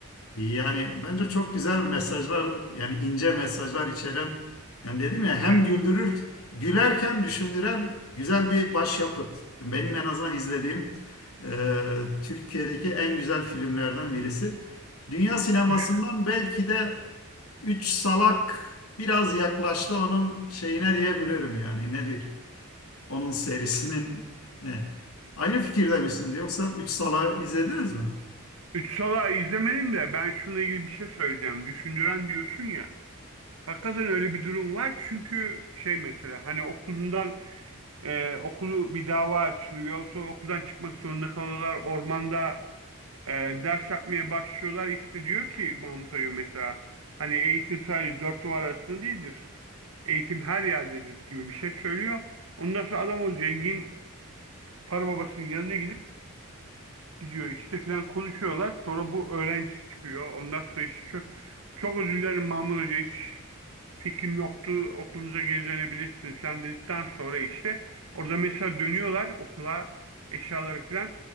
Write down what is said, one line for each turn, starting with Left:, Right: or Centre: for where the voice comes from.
Left: Yani bence çok güzel mesajlar yani ince mesajlar içeren yani dedim ya hem
Right: Evet.
Left: güldürür gülerken düşündüren güzel bir başyapıt. Benim en azından izlediğim e, Türkiye'deki en güzel filmlerden birisi. Dünya sinemasından
Right: Düş
Left: belki de Üç Salak biraz yaklaştı onun şeyine diyebilirim yani nedir? Onun serisinin ne? Aynı fikirde misiniz yoksa Üç Salak'ı izlediniz mi?
Right: Üç Sala izlemedim de ben şununla ilgili bir şey söyleyeceğim. Düşündüren diyorsun ya. Hakikaten öyle bir durum var çünkü şey mesela hani okulundan e, okulu bir dava açılıyor sonra okuldan çıkmak zorunda kalıyorlar ormanda e, ders yapmaya başlıyorlar. İşte diyor ki Mahmut Hoca mesela hani eğitim sadece dört duvar arasında değildir. Eğitim her yerdedir gibi bir şey söylüyor. Ondan sonra adam o zengin para babasının yanına gidip gidiyor işte filan konuşuyorlar. Sonra bu öğrencisi çıkıyor. Ondan sonra işte çok, çok özür dilerim Mahmut Hoca hiç fikrim yoktu. Okulunuza geri dönebilirsiniz falan dedikten sonra işte orada mesela dönüyorlar okula eşyaları filan.